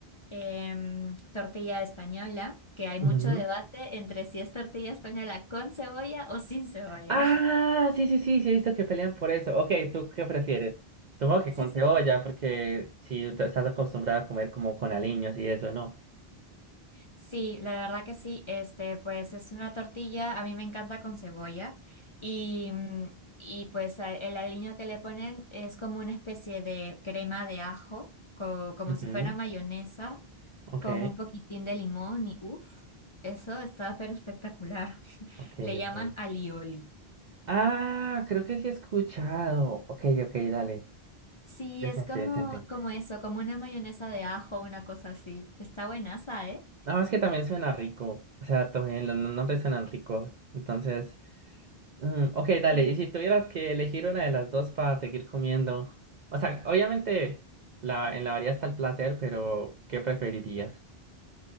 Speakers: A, on the left (about 35°); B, on the right (about 50°).
A: em, tortilla española, que hay
B: Ujú.
A: mucho debate entre si es tortilla española con cebolla o sin cebolla.
B: Ah,
A: <laughs>
B: sí, sí, sí, sí, he visto que pelean por eso. Ok, ¿tú qué prefieres? Supongo que
A: Sí,
B: con
A: sí,
B: cebolla,
A: sí.
B: porque si te- estás acostumbrada a comer como con aliños y eso, ¿no?
A: Sí, la verdad que sí. Este, pues es una tortilla, a mí me encanta con cebolla y, mm, y pues a- el aliño que le ponen es como una especie de crema de ajo, co- como
B: Ujú,
A: si fuera mayonesa,
B: Ok,
A: con un poquitín de limón y uff, eso está pero espectacular. <laughs>
B: ok,
A: Le llaman
B: ok.
A: alioli.
B: Ah, creo que sí he escuchado. Ok, ok, dale.
A: Sí,
B: Decente,
A: es como,
B: decente.
A: como eso, como una mayonesa de ajo, una cosa así. Está buenaza, ¿eh?
B: Nada más que también suena rico. O sea, también los nombres suenan ricos. Entonces, Mm, ok, dale,
A: Sí.
B: y si tuvieras que elegir una de las dos para seguir comiendo, o sea, obviamente la, en la variedad está el placer, pero ¿qué preferirías?